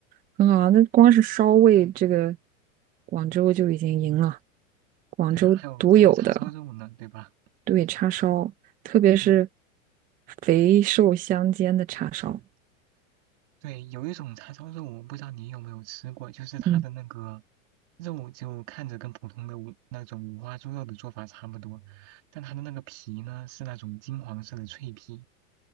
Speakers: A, on the right; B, on the right.
A: 很好啊。那光是烧味，这个广州就已经赢了，广州独有的
B: 对啊，还有还有叉烧肉呢，对吧？
A: 对叉烧，特别是
B: 嗯，
A: 肥瘦相间的叉烧，
B: 对，有一种叉烧肉，我不知道你有没有吃过，就是它的那个
A: 嗯，
B: 肉就看着跟普通的五那种五花猪肉的做法差不多，但它的那个皮呢是那种金黄色的脆皮。